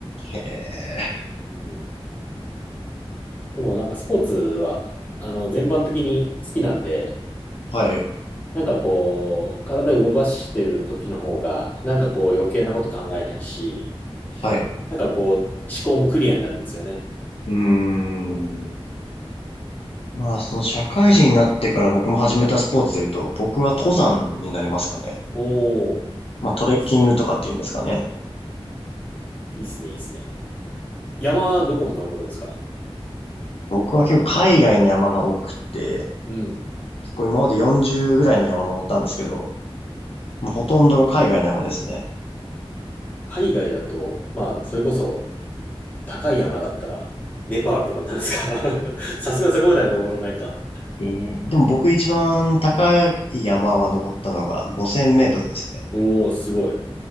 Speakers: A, on the left; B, on the left.
A: へえ。
B: うん。でもなんかスポーツは、あの、全般的に好きなんで、
A: はい。
B: なんかこう、体動かしてる時の方が、なんかこう余計なこと考えないし、
A: はい。う
B: なんかこう、思考もクリアになるんですよね。
A: ーん。
B: うん。
A: まあ、その社会人になってから僕も始めたスポーツで言うと、僕は登山になりますかね。
B: おー、
A: まあ、トレッキングとかっていうんですかね。
B: いいですね。いいですね、いいですね。山はどこに登るんですか
A: 僕は結構海外の山が多くって、
B: うん。
A: 結構今まで40ぐらいの山登ったんですけど、もうほとんどが海外の山ですね。
B: 海外だと、まあ、それこそ高い山だったら、ネパールとかになるんですか <laughs> さすがにそこまでは登らないか。
A: ええでも僕一番高い山は登ったのが5000メートルですね。
B: おー、すごい。